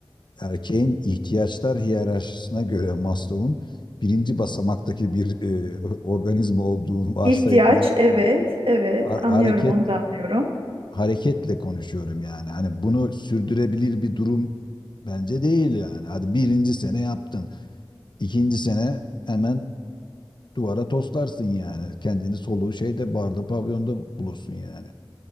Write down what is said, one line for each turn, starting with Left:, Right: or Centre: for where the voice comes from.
Left: Erkeğin ihtiyaçlar hiyerarşisine göre Maslow'un birinci basamaktaki bir e, <laughs> organizma olduğu varsayımda
Right: İhtiyaç evet evet
Left: ha-
Right: anlıyorum
Left: hareket
Right: onu da anlıyorum.
Left: hareketle konuşuyorum yani. Hani bunu sürdürebilir bir durum bence değil yani. Hadi birinci sene yaptın. ikinci sene hemen Duvara toslarsın yani. Kendini soluğu şeyde barda pavyonda bulursun yani.